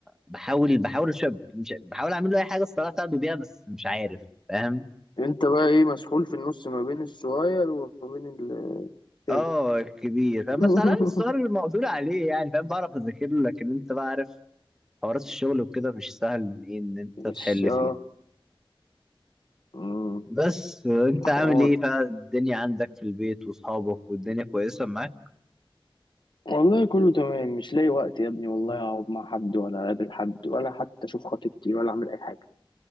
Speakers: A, in the centre; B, on the left.
A: بحاول بحاول أش- مش... بحاول اعمل له اي حاجة الصراحة اساعده بيها بس مش عارف فاهم
B: انت بقى ايه مسحول في النص ما بين الصغير وما بين التاني
A: اه كبير فاهم
B: <laughs>
A: بس على الاقل السؤال المقدور عليه يعني فاهم بعرف اذاكر له لكن انت بقى عارف حوارات الشغل وكده مش سهل ان ايه ان انت
B: مش
A: تحل
B: اه
A: فيه
B: مم.
A: بس آه، انت عامل
B: حوار
A: ايه بقى الدنيا عندك في البيت واصحابك والدنيا كويسه معاك
B: والله كله تمام مش لاقي وقت يا ابني والله اقعد مع حد ولا اقابل حد ولا حتى اشوف خطيبتي ولا اعمل اي حاجه